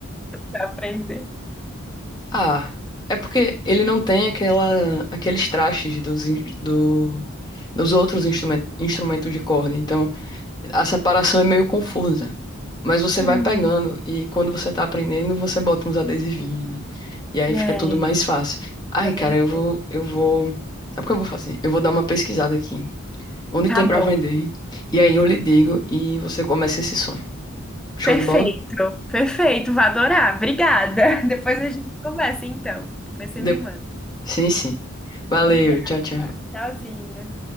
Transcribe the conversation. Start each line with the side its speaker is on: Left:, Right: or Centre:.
Centre: <laughs> pra aprender.
Left: Ah, é porque ele não tem aquela, aqueles trastes dos, in- do, dos outros instrumen- instrumentos de corda. Então, a separação é meio confusa. Mas você
Centre: Hum.
Left: vai pegando e quando você tá aprendendo, você bota uns adesivinhos, né? E aí
Centre: É,
Left: fica tudo mais fácil. Ai,
Centre: é verdade.
Left: cara, eu vou, eu vou. Sabe o que eu vou fazer? Eu vou dar uma pesquisada aqui. Onde
Centre: Tá
Left: tem
Centre: bom.
Left: pra vender? E aí eu lhe digo e você começa esse sonho. Show
Centre: Perfeito,
Left: de bola?
Centre: perfeito. Vou adorar. Obrigada. <laughs> Depois a gente conversa, então. Depois você
Left: De-
Centre: me manda.
Left: Sim, sim. Valeu,
Centre: Obrigada.
Left: tchau, tchau.
Centre: Tchauzinho.